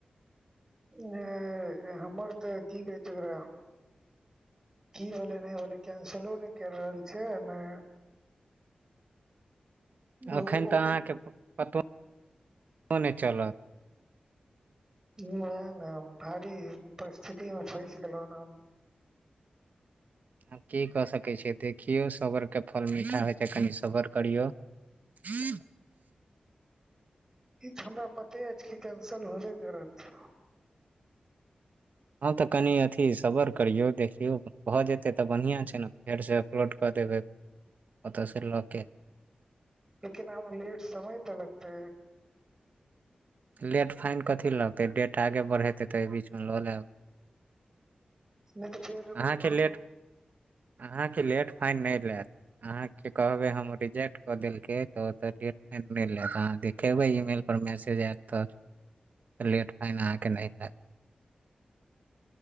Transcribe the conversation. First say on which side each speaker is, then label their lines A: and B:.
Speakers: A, on the right; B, on the right.
A: नय‍ हमर तऽ की कहैय छैय एकरा की भेलै नहि भेलै केंसिलो नहि कय रहल छैय नहि
B: एखन
A: ओ
B: तऽ अहाँके पतो नहि चलत
A: वएह ने भारी परिस्थिति मे फसि गेलो हन हम
B: आब की कऽ सकैत छियै देखियौ सबरके फल मीठा होइ छैय कनि सबर करियौ क <unintelligible>
A: ई त हमरा पते अछि कि कैंसल होबे करत
B: हँ तऽ कनि अथी सबर करियौ देखियौ भऽ जेतै तऽ बढ़िआँ छैय ने फेरसँ लोड कऽ देबै ओतऽ से लऽ के
A: लेकिन आब लेट समय तऽ लगते
B: लेट फाइन कथी लगतै डेट आगे बढ़ेतै तऽ ऐ बीचमे लऽ लेब
A: नहि तऽ फेर
B: अहाँके
A: हम
B: लेट अहाँके लेट फाइन नहि लेत अहाँ के कहबै हम रिजेक्ट कऽ देलकै तऽ तऽ लेट फाइन नहि लेत अहाँ खबै ईमेल पर मैसेज आयत तऽ लेट फाइन अहाँके नहि लैत